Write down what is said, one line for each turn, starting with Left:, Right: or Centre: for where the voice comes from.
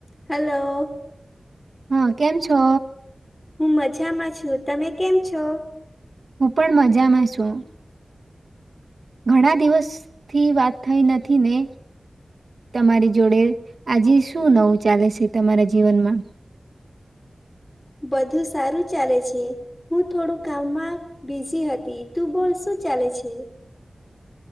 Left: હાલો.
Right: હા કેમ છો?
Left: હું મજામાં છું તમે કેમ છો?
Right: હું પણ મજામાં છું. ઘણા દિવસ થી વાત થઈ નથી ને તમારી જોડે આજે શું નવું ચાલે છે તમારા જીવનમાં?
Left: બધું સારું ચાલે છે હું થોડું કામમાં બિઝી હતી. તું બોલ શું ચાલે છે?